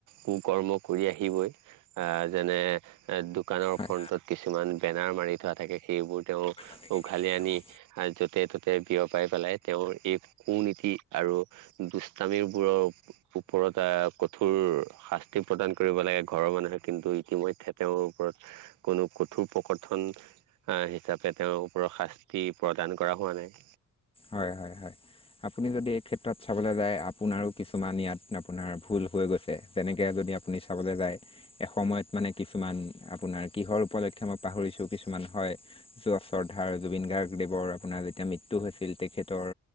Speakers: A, on the right; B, on the left.
A: কু কৰ্ম কৰি আহিবই যেনে দোকানৰ
B: হয়।
A: ফ্ৰন্টত কিছুমান বেনাৰ মাৰি থোৱা থাকে সেইবোৰ তেওঁ
B: হয়।
A: উঘালি আনি আৰু য'তে ত'তে বিয় পাই পেলাই তেওঁৰ এই কু নীতি আৰু দুষ্টামিৰবোৰৰ ওপৰত ৰত এটা কঠোৰ শাস্তি প্ৰদান কৰিব লাগে ঘৰৰ মানুহে কিন্তু ইতিমধ্যে তেওঁৰ ওপৰত কোনো কঠোৰ প্ৰকথন হিচাপে তেওঁৰ ওপৰত শাস্তি প্ৰদান কৰা হোৱা নাই
B: হয় হয় হয় আপুনি এই ক্ষেত্ৰত চাবলৈ যায় আপোনাৰো কিছুমান ইয়াত আপোনাৰ ভুল হৈ গৈছে যেনেকে যদি আপুনি চাবলৈ যায় এসময়ত মানে কিছুমান আপোনাৰ কিহৰ উপলক্ষে মই পাহৰিছো কিছুমান হয় যোৱা শ্ৰদ্ধাৰ জুবিন গাৰ্গদেৱৰ আপোনাৰ যেতিয়া মৃত্যু হৈছিল তেখেতৰ